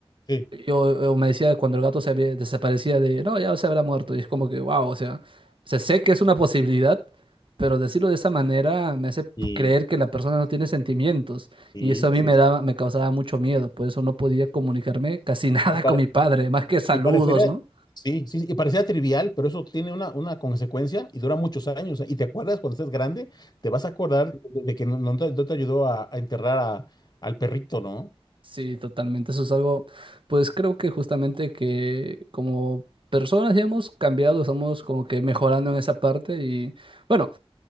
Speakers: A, on the left; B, on the right.
A: Sí,
B: Yo, yo me decía cuando el gato se había- desaparecía de, no, ya se habrá muerto. Y es como que, wow, o sea, o sea, sé que es una posibilidad, pero decirlo de esa manera me hace p-
A: sí,
B: creer que la persona no tiene
A: sí,
B: sentimientos.
A: sí,
B: Y eso a mí
A: sí.
B: me daba, me causaba mucho miedo. Por eso no podía comunicarme casi <laughs> nada
A: sí. Para-
B: con mi padre, más que saludos,
A: Y parecería,
B: ¿no?
A: sí, sí, sí, y parecía trivial, pero eso tiene una, una consecuencia y dura muchos años. ¿eh? Y te acuerdas cuando estés grande, te vas a acordar de, de que no, no te, no te ayudó a, a enterrar a- al perrito, ¿no?
B: Sí, totalmente. Eso es algo, pues creo que justamente que como personas ya hemos cambiado, estamos como que mejorando en esa parte y bueno.